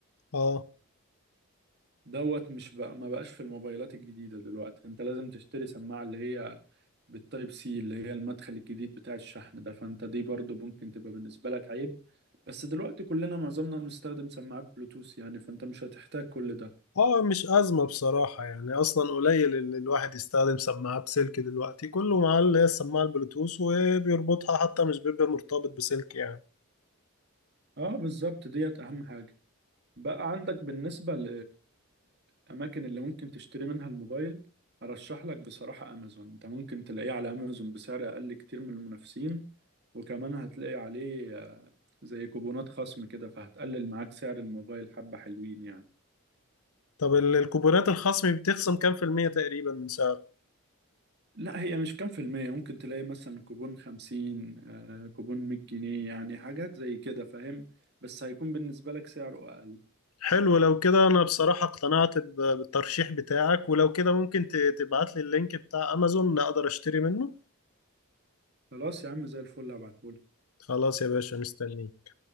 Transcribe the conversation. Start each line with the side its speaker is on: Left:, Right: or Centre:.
Left: اه
Right: دوت مش بقى ما بقاش في الموبايلات الجديدة دلوقتي أنت لازم تشتري سماعة اللي هي بالتايب سي اللي هي المدخل الجديد بتاع الشحن ده فأنت دي برضه ممكن تبقى بالنسبة لك عيب بس دلوقتي كلنا معظمنا بنستخدم سماعات بلوتوث يعني فأنت مش هتحتاج كل ده
Left: اه مش أزمة بصراحة يعني أصلا قليل اللي الواحد يستخدم سماعة بسلك دلوقتي كله معاه اللي هي السماعة البلوتوث وبيربطها حتى مش بيبقى مرتبط بسلك يعني
Right: اه بالظبط ديت أهم حاجة بقى عندك بالنسبة ل- للأماكن اللي ممكن تشتري منها الموبايل أرشح لك بصراحة أمازون أنت ممكن تلاقيه على أمازون بسعر أقل كتير من المنافسين وكمان هتلاقي عليه زي كوبونات خصم كده فهتقلل معاك سعر الموبايل حبة حلوين يعني
Left: طب ال- الكوبونات الخصم بتخصم كام في المية تقريبا من سعر
Right: لا هي مش كام في المية ممكن تلاقي مثلا كوبون خمسين آه، كوبون مية جنيه يعني حاجات زي كده فاهم بس هيكون بالنسبة لك سعره أقل
Left: حلو لو كده انا بصراحة اقتنعت ب- بالترشيح بتاعك ولو كده ممكن ت- تبعت لي اللينك بتاع امازون اقدر اشتري منه
Right: خلاص يا عم زي الفل هبعتهولك
Left: خلاص يا باشا مستنيك